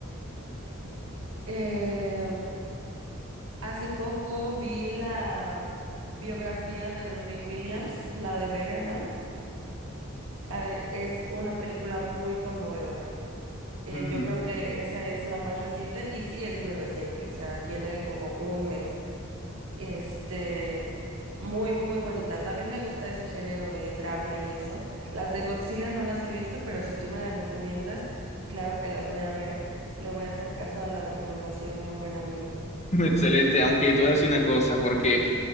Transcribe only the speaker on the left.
Mm,
<laughs> Excelente, aunque yo te voy a decir una cosa, porque